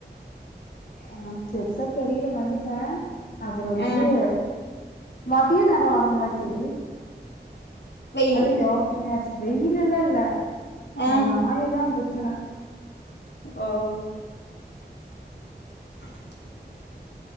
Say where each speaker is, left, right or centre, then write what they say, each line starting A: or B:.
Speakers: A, on the left; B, on the left.
A: ஆ பெர்ஸா தெரியல வந்துட்டே அப்பறெ
B: ஆ
A: இது மதிய நேரோ வாராங்காட்டி
B: வெயில்
A: அதா யோசனயார்கு வெயிலுலால்ல இந்த
B: ஆ
A: நாய் தா பிர ச்சுலா
B: ஓ <inaudible>